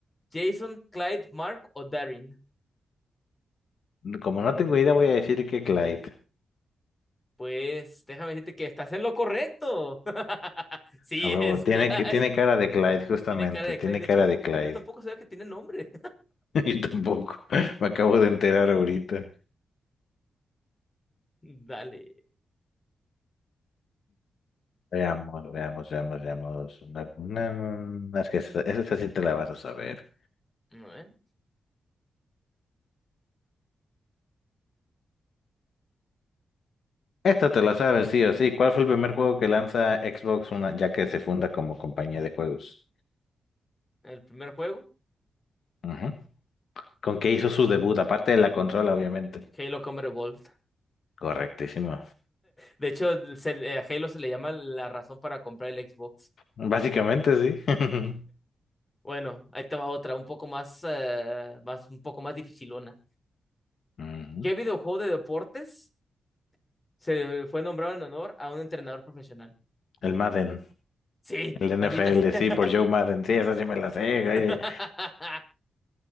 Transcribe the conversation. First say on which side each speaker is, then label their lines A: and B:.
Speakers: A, on the left; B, on the left.
A: Jason, Clyde, Mark o Darren.
B: como no tengo idea, voy a decir que Clyde.
A: Pues déjame decirte que estás en lo correcto. <laughs> Sí,
B: A huevo,
A: es
B: tiene,
A: Clyde.
B: que- tiene cara de Clyde, justamente,
A: Tiene cara de
B: tiene
A: Clyde. De
B: cara
A: hecho,
B: de Clyde.
A: yo tampoco sabía que tiene nombre.
B: <laughs> Yo tampoco. Me acabo de enterar ahorita.
A: <laughs> Dale.
B: Veamos, veamos, veamos, veamos. Una, una- una- es que esta, esta sí te la vas a saber.
A: A ver,
B: Esta te la sabes, sí o sí. ¿Cuál fue el primer juego que lanza Xbox una, ya que se funda como compañía de juegos?
A: El primer juego,
B: Ujú. ¿Con qué hizo su debut? Aparte de la consola, obviamente.
A: Halo Combat Evolved.
B: Correctísimo.
A: De hecho, se- eh, a Halo se le llama la razón para comprar el Xbox.
B: Básicamente, sí. <laughs>
A: Bueno, ahí te va otra, un poco más, eh, más, un poco más dificilona.
B: Ujú.
A: ¿Qué videojuego de deportes se fue nombrado en honor a un entrenador profesional?
B: El Madden,
A: Sí,
B: el NFL,
A: maldita sea.
B: sí, por Joe Madden. Sí, esa sí me la sé.
A: <laughs>